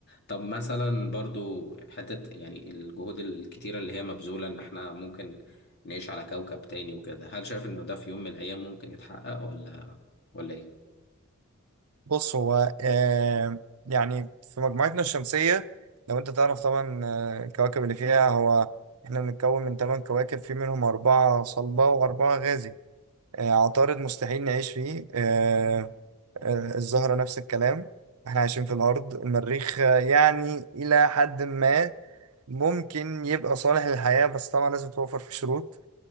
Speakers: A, on the left (about 50°); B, on the right (about 90°).
A: طب مثلا برضو حتة يعني الجهود الكتيرة اللي هي مبذولة ان احنا ممكن نعيش على كوكب تاني وكده هل شايف انه ده في يوم من الايام ممكن يتحقق ولا ولا ايه؟
B: بص هو آه يعني في مجموعتنا الشمسية لو انت تعرف طبعا آه، الكواكب اللي فيها هو احنا بنتكون من ثمان كواكب في منهم أربعة صلبة وأربعة غازي آه عطارد مستحيل نعيش فيه آه آه الزهرة نفس الكلام احنا عايشين في الأرض المريخ آه، يعني إلى حد ما ممكن يبقى صالح للحياة بس طبعا لازم توفر فيه شروط